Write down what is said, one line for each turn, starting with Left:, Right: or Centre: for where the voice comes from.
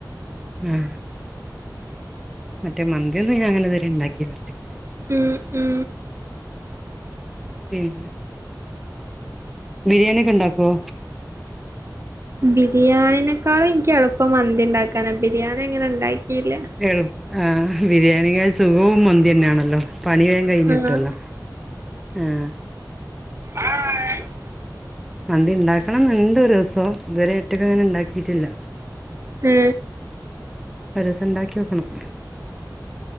Centre: ആഹ് മറ്റേ മന്തിയൊന്നും ഞാൻ ങ്ങനെ ഇതുവരെ ഉണ്ടാക്കില്ല ഒറ്റ
Right: മ് മ്
Centre: പിന്ന- ബിരിയാണി ഒക്കെ ണ്ടാക്കോ?
Right: ബിരിയാണിനെക്കാളും എനിക്ക് എളുപ്പം മന്തി ഉണ്ടാക്കാന ബിരിയാണി എങ്ങനെ ഉണ്ടാക്കി ഇല്ലാ-
Centre: എളുപ്പ ആ ബിരിയാണിനെ സുഖവും മന്തി തന്നെയാണല്ലോ പണി വേം കഴിഞ്ട്ടല്ലോ
Right: ആഹ്
Centre: ആ
Right: ആയ് <unintelligible>
Centre: മന്തി ഉണ്ടാക്കണംന്ന്ണ്ട് ഒരുസം ഇതുവരെ ഒറ്റക് അങ്ങനെ ഉണ്ടാക്കിട്ടില്ല
Right: മ്
Centre: ഒരസം ണ്ടാക്കിനോക്കണം-